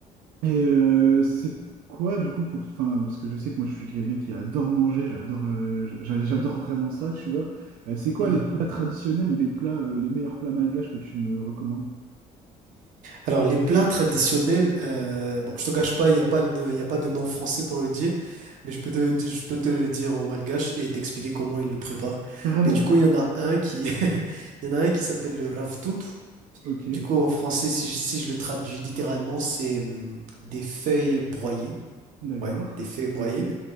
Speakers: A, on the right; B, on the right.
A: et euh, c'est quoi du coup pour... Enfin, parce que je sais que moi je suis quelqu'un qui adore manger, j'adore euh, j'a- j'adore vraiment ça, tu vois. Euh, c'est quoi
B: Mhm.
A: les plats traditionnels ou les plats, euh, les meilleurs plats malgaches que tu me recommandes?
B: Alors, les plats traditionnels, euh, bon, je te cache pas, il n'y a pas de, il y a pas de nom français pour le dire, mais je peux te, je peux te le dire en malgache et t'expliquer comment ils le préparent.
A: Carrément.
B: Mais du coup, il y en a un qui, <laughs> il y en a un qui s'appelle le ravtout.
A: Ok,
B: Du coup, en français, si, je- si je le traduis littéralement, c'est hum, des feuilles broyées.
A: d'accord.
B: Ouais, des feuilles broyées.
A: Ok.